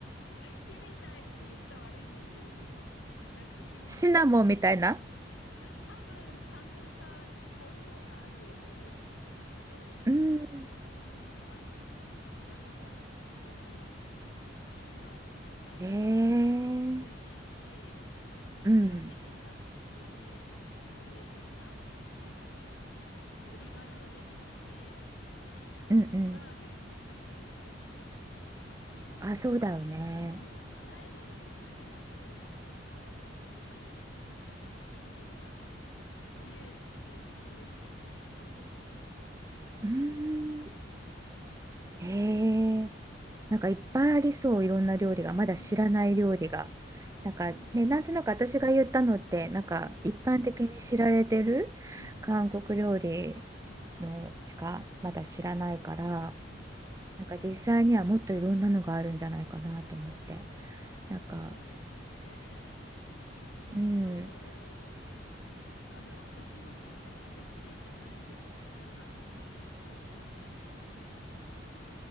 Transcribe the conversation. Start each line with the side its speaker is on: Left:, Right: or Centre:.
Left: 木みたいって言っちゃ悪いんですけど、ちょっとなんか木みたいな、
Right: シナモンみたいな
Left: 多分ちゃんとした効能があるものだと思うんですけど、
Right: うん。
Left: そういうのが入ってて、体がポッカポカになるんですよ。もちろん味も美味しいし、
Right: へえ。
Left: その色的にはちょっと透明的、
Right: うん。
Left: 透明的な、あと鶏ガラが出てるので、あのコラーゲンも出てるっぽいし、
Right: うんうん。
Left: なんかあの、
Right: あ、そうだよね。
Left: うん、辛いものを苦手な人にも誰でも食べられるって言って、外国人ならとりあえずこれ進めとけば大丈夫みたいな料理なんです。
Right: うん。へえ。なんかいっぱいありそう、いろんな料理が。
Left: うーん、
Right: まだ知らない料理が。なんかね、
Left: うん、うん、
Right: なんとなく私が言ったのって、なんか一般的に知られてる韓国料理
Left: うん、うん、うん、
Right: のしかまだ知らないから、
Left: うん
Right: なんか実際にはもっといろんなのがあるんじゃないかなと思って。
Left: そうですね。
Right: なんか
Left: きっと、
Right: うん、うん
Left: 多分私も全然食べきれてないんですよね。なんかあの、さっきもキムチの話出ましたけど、